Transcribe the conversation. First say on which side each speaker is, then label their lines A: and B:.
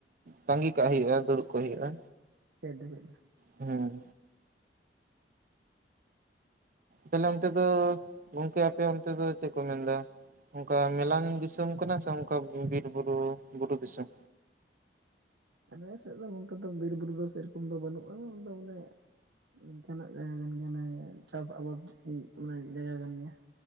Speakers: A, on the right; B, on the right.
A: ᱛᱟᱸᱜᱤ ᱠᱟᱜ ᱦᱩᱭᱩᱜᱼᱟ ᱫᱩᱲᱩᱵ ᱠᱚᱜ ᱦᱩᱭᱩᱜᱼᱟ
B: ᱯᱷᱮᱫ ᱫᱚ ᱯᱷᱮᱫ ᱞᱮᱱᱟ
A: ᱦᱮᱸ ᱛᱟᱦᱞᱮ ᱚᱱᱛᱮ ᱫᱚ ᱜᱚᱝᱠᱮ ᱟᱯᱮ ᱚᱱᱛᱮ ᱫᱚ ᱪᱮᱫ ᱠᱚ ᱢᱮᱱᱫᱟ ᱚᱱᱠᱟ ᱢᱮᱞᱟᱱ ᱫᱤᱥᱚᱢ ᱠᱟᱱᱟ ᱥᱮ ᱚᱱᱠᱟ ᱵᱤᱨ ᱵᱩᱨᱩ ᱵᱩᱨᱩ ᱫᱤᱥᱚᱢ
B: ᱟᱞᱮ ᱥᱮᱫ ᱫᱚ ᱱᱚᱝᱠᱟ ᱫᱚ ᱵᱤᱨᱼᱵᱩᱨᱩ ᱫᱚ ᱥᱮᱨᱚᱠᱚᱢ ᱫᱚ ᱵᱟᱹᱱᱩᱜᱼᱟ ᱟᱫᱚ ᱚᱱᱮ ᱾ ᱱᱤᱝᱠᱟᱱᱟᱜ ᱡᱟᱭᱜᱟ ᱠᱟᱱ ᱜᱮᱭᱟ ᱪᱟᱥ ᱟᱵᱟᱫ ᱢᱟᱱᱮ ᱡᱟᱭᱜᱟ ᱠᱟᱱ ᱜᱮᱭᱟ ᱾